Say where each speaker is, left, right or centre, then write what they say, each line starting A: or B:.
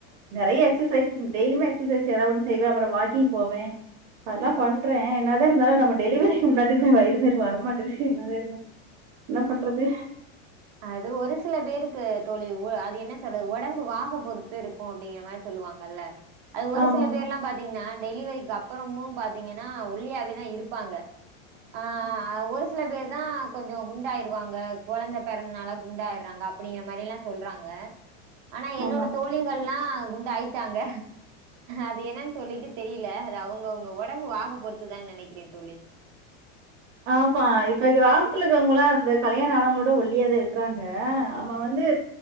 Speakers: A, on the right; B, on the right.
A: நெறைய எக்சசைஸ் டெய்லிமே எக்சசைஸ் ஏதா ஒண்ணு செய்வேன் அப்புறம் வாக்கிங் போவேன் அதெல்லாம் பண்றேன் என்னதான் இருந்தாலும் நம்ம டெலிவரிக்கு முன்னாடி இருந்து வயிறு மேறி வர மாட்டேது என்னதான் இருந்த என்ன பண்றது
B: அது ஒரு சில பேருக்கு தோழி ஊ அது என்ன சொல்றது உடம்பு வாக பொறுத்து இருக்கும் அப்டிங்கிற மாரி சொல்லுவாங்கல்ல அது ஒரு
A: ஆமாமா.
B: சில பேர்ல்லாம் பாத்தீங்கன்னா டெலிவரிக்கு அப்புறமும் பாத்தீங்கன்னா ஒல்லியாவேதான் இருப்பாங்க ஆ ஆ ஒரு சில சில பேர் தான் கொஞ்ஜோ குண்டாயிருவாங்க குழந்த பெறந்தனால குண்டாயிறாங்க அப்படிங்கிற மாரில்லா சொல்றாங்க ஆனா என்னோட
A: ஆமா.
B: தோழிகல்லா குண்டாயிட்டாங்க அது என்னன் சொல்லிட்டு தெரில அது அவங்க அவங்க ஒடம்பு வாக பொறுத்துதான்னு நெனைக்கிறே தோழி
A: ஆமா இப்ப கிராமத்துல இருக்கவங்களா இந்த கல்யாண ஆணவங்களோட ஒல்லியாத இருக்றாங்க நம்ம வந்து